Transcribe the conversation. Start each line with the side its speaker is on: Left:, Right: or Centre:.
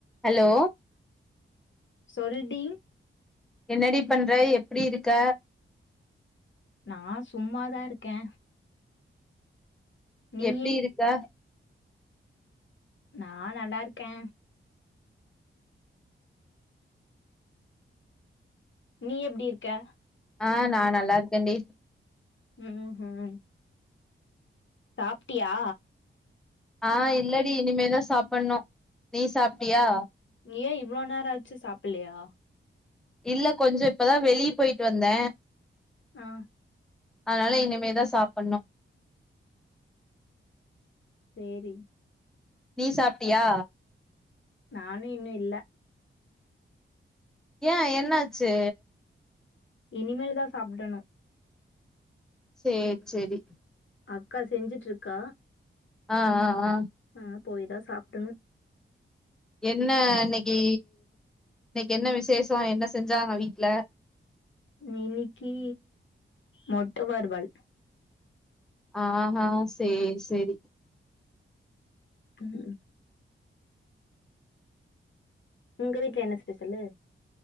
Centre: ஹலோ
Left: சொல்டி
Centre: என்னடி பண்ற எப்டி இருக்க
Left: நா சும்மாதா இருக்கே நீயு
Centre: எப்டி இருக்க
Left: நா நல்லா இருக்கே நீ எப்டி இருக்க
Centre: ஆ நா நல்லா இருக்கேன்டி
Left: ம் ம் சாப்ட்டியா
Centre: ஆ இல்லடி இனிமேல் தா சாப்டணு நீ சாப்ட்டியா
Left: ஏ இவ்ளோ நேரோ ஆச்சு சாப்பில்லையா
Centre: இல்ல கொஞ்ச இப்பதா வெளியே போயிட்டு வந்தே
Left: அ
Centre: அதனால இனிமேதா சாப்பண்ணு
Left: சேரி
Centre: நீ சாப்ட்டியா
Left: நானு இன்னு இல்ல
Centre: ஏ என்னாச்சு
Left: இனிமேல் தா சாப்டணு
Centre: சேர் செரி
Left: அக்கா செஞ்சிட்டுருக்கா
Centre: ஆ ஆ ஆ
Left: ஆ போய்தா சாப்டணு
Centre: என்ன இன்னைக்கி இன்னைக்கு என்ன விசேஷோ என்ன செஞ்சாங்க வீட்ல
Left: இன்னிக்கி முட்ட வருவள்
Centre: ஆ ஹா சேரி சேரி
Left: ம் உங்க வீட்ல என்ன ஸ்பெஷலு